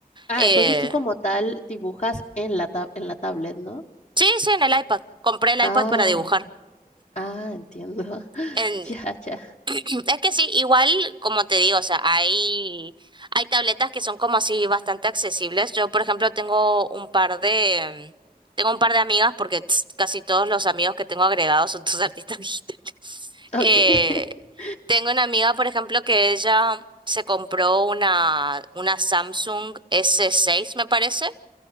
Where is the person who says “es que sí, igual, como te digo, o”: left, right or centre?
Right